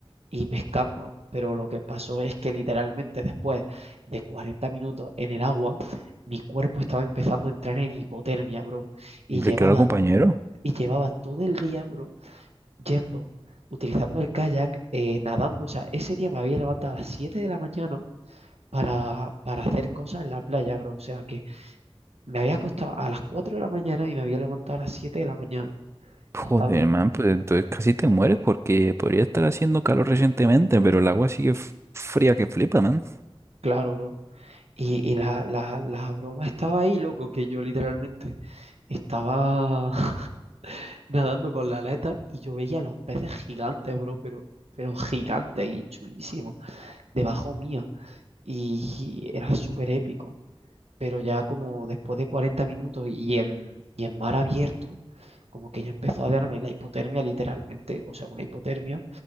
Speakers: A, on the right; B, on the right.
A: y pescando, pero lo que pasó es que literalmente después de 40 minutos en el agua, mi cuerpo estaba empezando a entrar en hipotermia, bro, y
B: Hombre,
A: llevaba,
B: claro, compañero.
A: y llevaba todo el día, bro, yendo, utilizando el kayak, eh, nadando, o sea, ese día me había levantado a las 7 de la mañana para, para hacer cosas en la playa, bro, o sea, que me había acostado a las 4 de la mañana y me había levantado a las 7 de la mañana,
B: Joder,
A: y estaba,
B: man, pues entonces casi te mueres porque podría estar haciendo calor recientemente, pero el agua sigue f- fría que flipa, man.
A: claro, bro. Y, y la, la, la broma estaba ahí, loco, que yo literalmente Estaba <laughs> nadando con la aleta y yo veía los peces gigantes, bro, pero, pero gigantes y chulísimos, debajo mía Y era súper épico. Pero ya como después de 40 minutos y en, y en mar abierto, como que ya empezó a darme la hipotermia literalmente, o sea, una hipotermia.